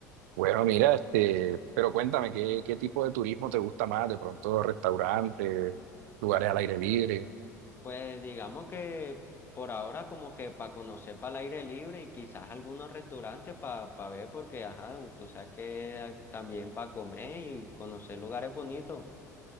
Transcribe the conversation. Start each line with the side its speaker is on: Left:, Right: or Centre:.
Right: Bueno, mira, este, pero cuéntame, ¿qué, qué tipo de turismo te gusta más? De pronto, restaurantes, lugares al aire libre.
Left: Pues digamos que por ahora como que para conocer para el aire libre y quizás algunos restaurantes para ver porque, ajá, tú sabes que hay también para comer y conocer lugares bonitos.